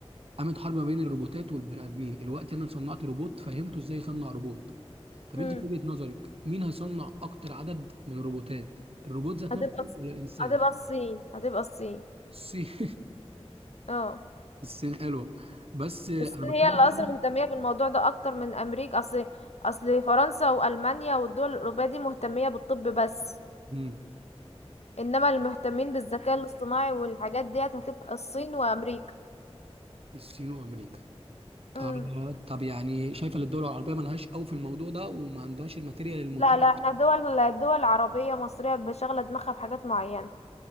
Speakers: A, on the right; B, on the left.
A: قامت حرب ما بين الروبوتات والبني ادمين دلوقتي انا صنعت روبوت فهمته ازاي يصنع روبوت طب
B: امم
A: انت في وجهه نظرك مين هيصنع اكتر عدد من الروبوتات الروبوت ذات
B: هتبقى
A: نفسه ولا الانسان
B: هتبقى الصين هتبقى الصين
A: الصين
B: اه
A: <laughs> الصين حلوه بس انا
B: الصين هي
A: بتكلم
B: اللي
A: دلوقتي
B: اصلا مهتمية بالموضوع ده اكتر من امريكا اصل اصل فرنسا والمانيا والدول الاوروبية دي مهتمية بالطب بس
A: مم.
B: انما اللي مهتمين بالذكاء الاصطناعي والحاجات ديت هتبقى الصين وامريكا
A: الصين وامريكا
B: امم
A: آه طب يعني شايفه ان الدول العربيه ملهاش قوي في الموضوع ده وما عندهاش الماتيريال المتاح
B: لا لا احنا دول دول عربية مصرية بشغلة دماغها بحاجات معينة